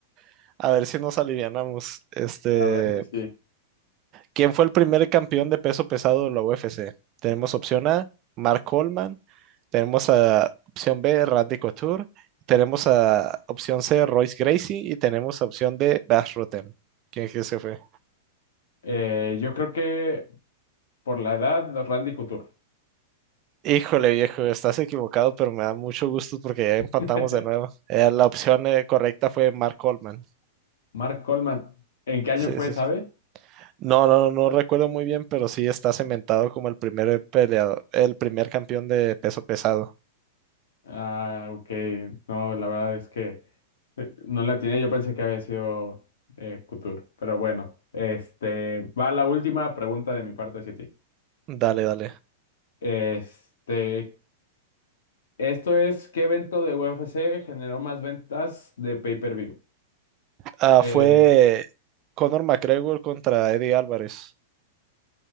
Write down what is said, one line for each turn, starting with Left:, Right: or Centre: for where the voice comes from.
Right: a ver si nos alivianamos. Este,
Left: A ver sí, sí.
Right: ¿Quién fue el primer campeón de peso pesado de la UFC? Tenemos opción A, Mark Coleman. Tenemos a opción B, Randy Couture. Tenemos a opción C, Royce Gracie. Y tenemos a opción D, Bash Rotem. ¿Quién crees que fue?
Left: Eh, yo creo que por la edad, Randy Couture.
Right: Híjole, viejo, estás equivocado, pero me da mucho gusto porque ya empatamos
Left: <laughs>
Right: de nuevo. Eh, la opción eh, correcta fue Mark Coleman.
Left: Mark Coleman, ¿en qué año
Right: Sí,
Left: fue,
Right: sí,
Left: sabe?
Right: sí. No, no, no no recuerdo muy bien, pero sí está cementado como el primer peleador, el primer campeón de peso pesado.
Left: Ah, ok. No, la verdad es que eh, no la tenía. Yo pensé que había sido eh, Couture, pero bueno. Este, va la última pregunta de mi parte hacia ti.
Right: Dale, dale.
Left: Este, Esto es, ¿qué evento de UFC generó más ventas de pay-per-view?
Right: Ah,
Left: Eh,
Right: fue Conor McGregor contra Eddie Álvarez.